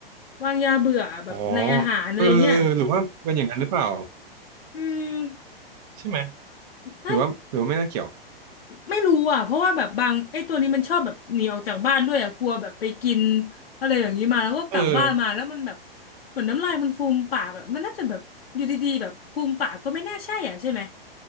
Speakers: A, on the left; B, on the right.
A: วางยาเบื่อแบบในอาหารอะไรเงี้ย
B: อ๋อเออเออเออหรือว่าเป็นอย่างนั้นหรือเปล่า
A: อืม
B: ใช่ไหม
A: น่า
B: หรือว่า หรือว่าไม่น่าเกี่ยว
A: ไม่รู้อ่ะเพราะว่าแบบบางไอ้ตัวนี้มันชอบแบบหนีออกจากบ้านด้วยอ่ะกลัวแบบไปกินอะไรอย่างนี้มาแล้วก็กลับบ้านมาแล้วมันแบบ
B: เออ
A: เหมือนน้ำลายมันฟูมปากอะมันน่าจะแบบอยู่ดีๆแบบฟูมปากก็ไม่น่าใช่อ่ะใช่ไหม